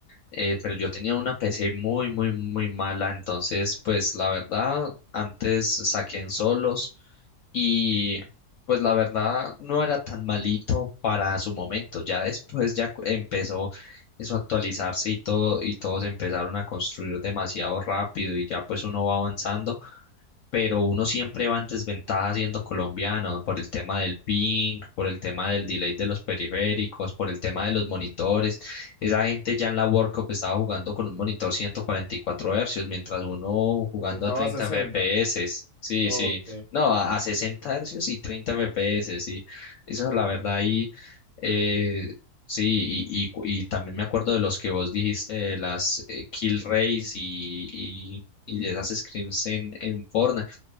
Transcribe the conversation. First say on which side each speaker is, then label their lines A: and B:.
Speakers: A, on the left (about 65°); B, on the left (about 25°).
A: eh, pero yo tenía una PC muy, muy, muy mala, entonces pues la verdad, antes saqué en solos y pues la verdad no era tan malito para su momento, ya después ya cu- empezó eso a actualizarse y todo, y todos empezaron a construir demasiado rápido y ya pues uno va avanzando pero uno siempre va en desventaja siendo colombiano por el tema del ping, por el tema del delay de los periféricos, por el tema de los monitores. Esa gente ya en la World Cup estaba jugando con un monitor 144 hercios, mientras uno jugando
B: Estaba
A: a 30
B: a 60.
A: FPS. Sí,
B: Ok,
A: sí, no, a, a 60 hercios y 30 FPS, sí. Eso es la verdad ahí. eh, Sí, y, y, cu- y también me acuerdo de los que vos dijiste, de las eh, kill race y, y de esas scrims en, en Fortnite.